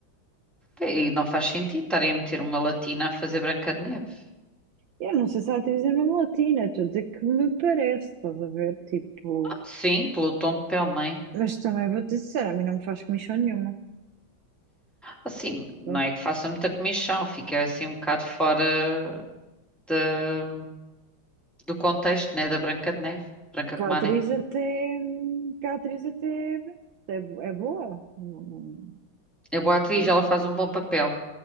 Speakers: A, in the centre; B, on the right (about 70°).
A: E não faz sentido estarem a meter uma latina a fazer Branca de Neve.
B: Eu não sei se a atriz é mesmo latina, estou a dizer que me parece, estás a ver? Tipo.
A: Ah, Sim, pelo tom de pele, não é?
B: Mas também vou-te dizer, a mim não me faz comissão nenhuma.
A: Assim, não
B: Pronto.
A: é que faça muita comichão, fica assim um bocado fora da- do contexto, né, da Branca de Neve. Branca
B: Que
A: como
B: a atriz
A: a neve.
B: até. Que a atriz até. É, é boa. Não- não-
A: É boa atriz,
B: não-
A: ela faz um bom papel.